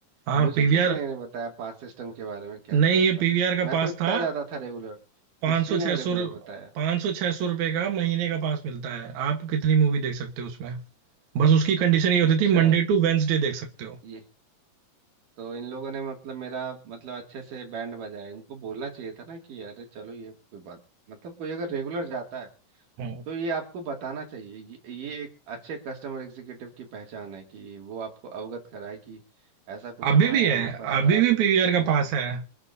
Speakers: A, on the right (about 70°); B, on the right (about 80°).
A: हाँ
B: मुझे
A: पीवीआर
B: किसी ने नहीं बताया पास सिस्टम के बारे में कैसे
A: नहीं
B: होता
A: ये पीवीआर
B: है
A: का
B: मैं
A: पास
B: तो इतना
A: था
B: ज्यादा था रेगुलर
A: पाँच
B: किसी
A: सौ
B: ने
A: छह
B: मेरे
A: सौ
B: को नहीं बताया
A: पाँच सौ छह सौ रुपये का महीने का पास मिलता है आप कितनी मूवी देख सकते हो उसमें बस उसकी कंडीशन ये होती
B: अच्छा
A: थी मंडे टू वेंसडे देख सकते हो
B: ये तो इन लोगों ने मतलब मेरा मतलब अच्छे से बैंड बजाया इनको बोलना चाहिए था ना कि अरे चलो ये कोई बात मतलब कोई अगर रेगुलर जाता है
A: हम्म
B: तो ये आपको बताना चाहिए ये, ये एक अच्छे कस्टमर एग्जीक्यूटिव की पहचान है कि वो आपको अवगत कराए कि ऐसा कुछ
A: अभी
B: हमारे
A: भी
B: यहाँ
A: है
B: ऑफर है
A: अभी
B: अगर आप
A: भी
B: इंटरेस्टेड
A: पीवीआर का
B: हैं
A: पास
B: तो
A: है